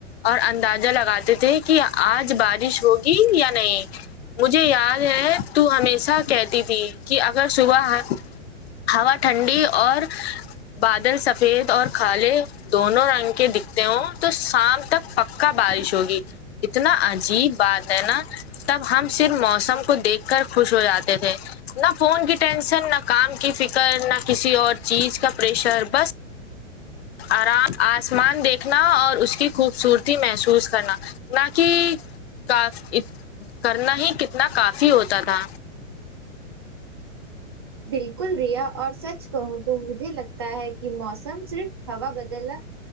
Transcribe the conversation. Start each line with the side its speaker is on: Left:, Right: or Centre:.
Left: اور اندازہ لگاتے تھے کہ آج بارش ہوگی یا نہیں مجھے یاد ہے تو ہمیشہ کہتی تھی کہ اگر صبح ہوا ٹھنڈی اور بادل سفید اور کالے دونوں رنگ کے دکھتے ہ تو شام تک پککا بارش ہوگی اتنا عجیب بات ہے نا تب ہم صرف موسم کو دیکھ کر خوش ہو جاتے تھے نہ فون کی ٹینشن نہ کام کی فکر نہ کسی اور چیز کا پریشر بس آرام آسمان دیکھنا اور اس کی خوبصورتی محسوس کرنا نہ کہ کاف کرنا ہی کتنا کافی ہوتا تھا
Right: بالکل ریا اور سچ کہوں تو مجھے لگتا ہے کہ موسم صرف ہووا بدلنا